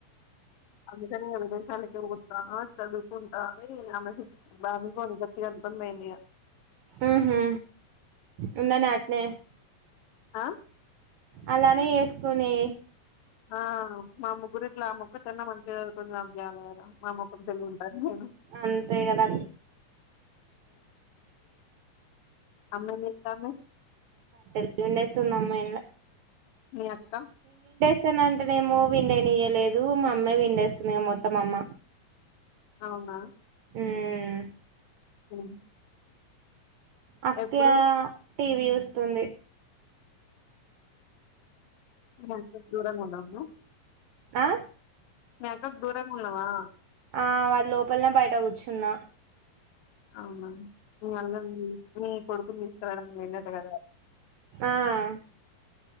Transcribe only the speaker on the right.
ఊహూ ఉన్నానే ఆట్నే
అలానే ఏసుకుని
అంతే కదా
దవిస్తంది అమ్మాయిల
స్థానంటేనేమో విండనివయలేదు మామ్మే విండేస్తుంది మొత్తం అమ్మ
ఉమ్
అక్య
టీవీ చుస్తుంది
అ
ఆ వాళ్ళ లోపలనబయట కూర్చున్న
ఆ